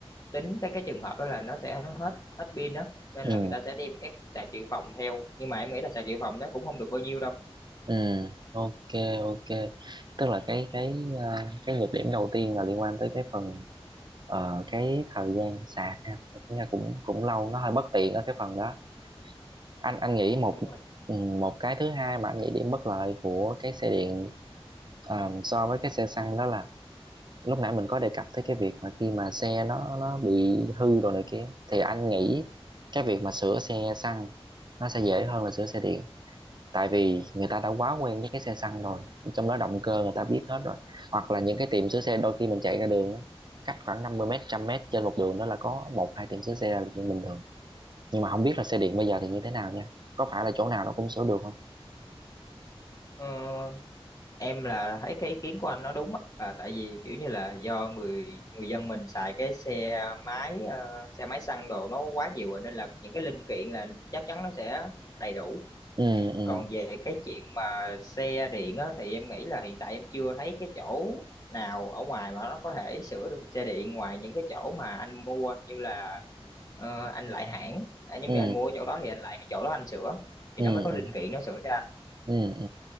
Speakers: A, on the left; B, on the right.
A: tính tới cái trường hợp đó là nó sẽ hết hết pin đó nên
B: ừ.
A: là người ta sẽ đem cái cục sạc dự phòng theo nhưng mà em nghĩ là sạc dự phòng nó cũng không được bao nhiêu đâu
B: ừ ok ok tức là cái cái ờ, cái nhược điểm đầu tiên là liên quan tới cái phần ờ, cái thời gian sạc ha Tính ra cũng cũng lâu nó hơi bất tiện ở cái phần đó anh anh nghĩ
A: Dạ
B: một
A: đúng rồi.
B: ừ, một cái thứ hai mà anh nghĩ điểm bất lợi của cái xe điện ờ, so với cái xe xăng đó là lúc nãy mình có đề cập tới cái việc mà khi mà xe nó nó bị hư rồi này kia thì anh nghĩ cái việc mà sửa xe xăng nó sẽ dễ hơn là sửa xe điện tại vì người ta đã quá quen với cái xe xăng rồi trong đó động cơ người ta biết hết rồi hoặc là những cái tiệm sửa xe đôi khi mình chạy ra đường á, cách khoảng 50 mét trăm mét trên một đường đó là có một hai tiệm sửa xe là chuyện bình thường nhưng mà không biết là xe điện bây giờ thì như thế nào nha có phải là chỗ nào nó cũng sửa được không
A: Ờ, em là thấy cái ý kiến của anh nó đúng á, à, tại vì kiểu như là do người người dân mình xài cái xe máy ờ, xe máy xăng đồ nó quá nhiều rồi nên là những cái linh kiện là chắc chắn nó sẽ đầy đủ.
B: ừ ừ
A: Còn về cái chuyện mà xe điện á thì em nghĩ là hiện tại em chưa thấy cái chỗ nào ở ngoài mà nó có thể sửa được xe điện ngoài những cái chỗ mà anh mua như là ờ, anh lại hãng. À, nhưng
B: ừ
A: mà anh mua ở chỗ đó thì anh lại chỗ đó anh sửa thì
B: ừ
A: nó mới có
B: ừ
A: linh kiện nó sửa cho anh.
B: ừ, ừ.